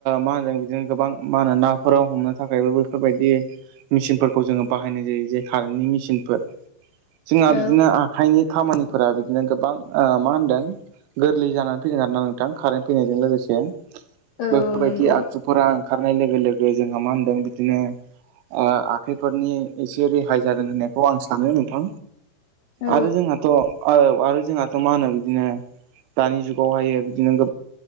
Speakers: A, on the right; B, on the left.
A: मा होनदों बिदिनो गोबां मा होनो नाफोर हमनो थाखायबो बेफोरबायदि मेचिनफोरखौ जोङो बाहायनाय जायो। जे कारेन्टनि मेसिन फोर जोंहा
B: औ
A: बिदिनो आ हायनि खामानिफोरा बिदिनो गोबां मा होनदों गोरलै जानानै फैदों आरोना नोंथां कारेन्ट फैनायजों लोगोसे।
B: औ
A: बेफोरबायदि
B: नंगौ
A: आगजुफोरा ओंखारनाय लोगो लोगो जोंहा मा होनदों बिदिनो ओ फोरनि एसे रेहाय जादों होननायखौ आं सानो नोंथां।
B: औ
A: आरो जोंहाथ' आरो जोंहाथ' मा होनो बिदिनो दानि जुगावहायो बिदिनो गोबां